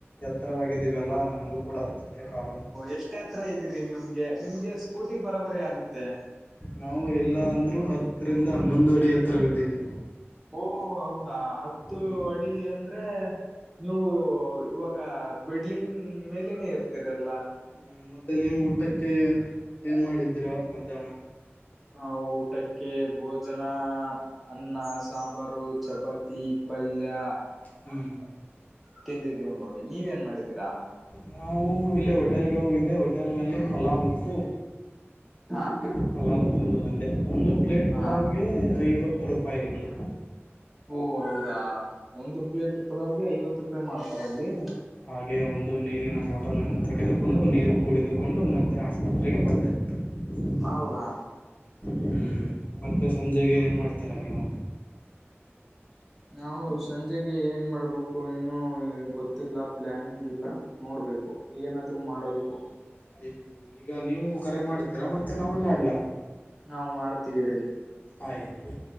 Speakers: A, on the left (about 40°); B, in the centre.
A: ಎತ್ತರವಾಗಿದ್ದೀವಿಲ್ಲಾ ನಮಗೂ ಕೂಡ ಹತ್ತುತ್ತೆ ಕಾಲು.
B: ಎಷ್ಟೇ ಎತ್ರ ಇದೀರಿ ನಿಮ್ಗೆ, ನಿಮ್ಗೆ ಸ್ಕೂಟಿ ಬರೋಬರಿ ಆಗುತ್ತೆ.
A: ನಾವು ಇಲ್ಲ ಅಂದ್ರೂ ಹತ್ತರಿಂದ ಹನ್ನೊಂದು ಅಡಿ ಎತ್ರವಿದ್ದೀನಿ.
B: ಓ, ಹೌದಾ! ಹತ್ತು
A: ಹ್ಮ್
B: ಅಡಿ ಅಂದ್ರೆ ನೀವು ಇವಾಗ ಬಿಲ್ಡಿಂಗ್ ಮೇಲನೆೇ ಇರ್ತೀರಿಲ್ಲ,
A: ಹ್ಮ್ ಮತ್ತೆ ನೀವು ಊಟಕ್ಕೆ ಏನ್ ಮಾಡಿದ್ರಾ ಮಧ್ಯಾಹ್ನ.
B: ನಾವು ಊಟಕ್ಕೆ ಭೋಜನ,, - ಅನ್ನ, ಸಾಂಬಾರು, ಚಪಾತಿ, ಪಲ್ಯ
A: ಹ್ಮ್,
B: ತಿಂದಿದ್ದೀವಿ ನೋಡಿ ನೀವ್ ಏನ್ ಮಾಡಿದ್ದೀರಾ.
A: ನಾವು ಇಲ್ಲಿ ಹೋಟೆಲ್ಗೆ ಹೋಗಿದ್ದೆ ಹೋಟೆಲ್ ನಲ್ಲಿ ಪಲಾವ್ ಇತ್ತು-
B: ಹಾ <inaudible>
A: ಪಲಾವ್ ತಿಂದು ಬಂದೆ ಒಂದು ಪ್ಲೇಟ್
B: ಹಾ
A: ಪಲಾವ್ಗೆ ಐವತ್ತು ರೂಪಾಯಿಗಳು.
B: ಓಹ್, ಹೌದಾ! ಒಂದು ಪ್ಲೇಟ್ ಪಲಾವ್ಗೆ ಐವತ್ತು ರೂಪಾಯಿ ಮಾಡ್ತಾರ ಅಲ್ಲಿ
A: ಹಾಗೆ ಒಂದು ನೀರಿನ ಬಾಟಲ್ ಅನ್ನು ತೆಗೆದುಕೊಂಡು ನೀರು ಕುಡಿದುಕೊಂಡು ಮತ್ತೆ ಆಸ್ಪತ್ರೆಗೆ ಬಂದೆ. <inaudible>
B: ಹೌದಾ!
A: ಹ್ಮ್, ಮತ್ತೆ ಸಂಜೆಗೆ ಏನ್ ಮಾಡ್ತೀರಾ ನೀವು.
B: ನಾವು ಸಂಜೆಗೆ ಏನ್ ಮಾಡ್ಬೇಕು ಇನ್ನೂ ಗೊತ್ತಿಲ್ಲ ಪ್ಲಾನಿಂಗ್ ಇಲ್ಲ. ನೋಡ್ಬೇಕು ಏನಾದ್ರು ಮಾಡ್ಬೇಕು.
A: ಆಯ್ತು ಈಗ ನೀವು ಕರೆ ಮಾಡ್ತೀರಾ ಮತ್ತೆ ನಾವೇ ಮಾಡ್ಲಾ
B: ನಾವು ಮಾಡ್ತೀವಿರಿ
A: ಆಯ್ತು